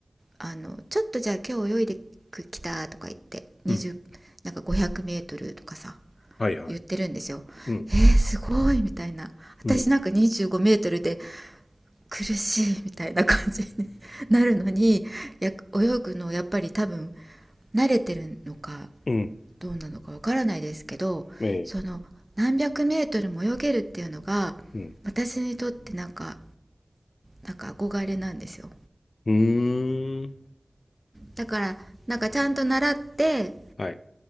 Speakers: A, on the right; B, on the left.
A: あのちょっとじゃあ今日泳いできたとか言って20なんか5
B: うん。
A: 0 0ルとかさ
B: はいはい。
A: 言ってるんですよ。
B: うん。
A: えー、すごいみたいな私なんか2
B: うん。
A: 5ルで苦しいみたいな感じになるのにや泳ぐのやっぱり多分慣れてるのか
B: うん。
A: どうなのかわからないですけどその何百メートルも泳げるっていうのが
B: ええ。うん。
A: 私にとってなんかなんか憧れなんですよ
B: うーん。
A: だからなんかちゃんと習って
B: はい。